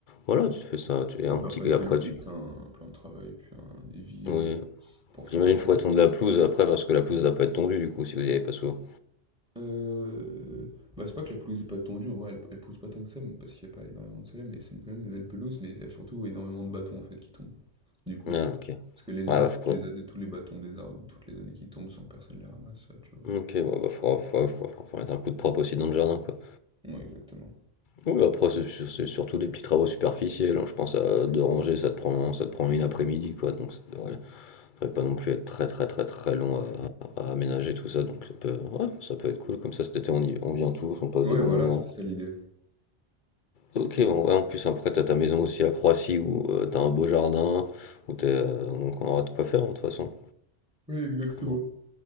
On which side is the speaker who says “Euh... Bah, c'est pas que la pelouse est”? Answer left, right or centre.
Centre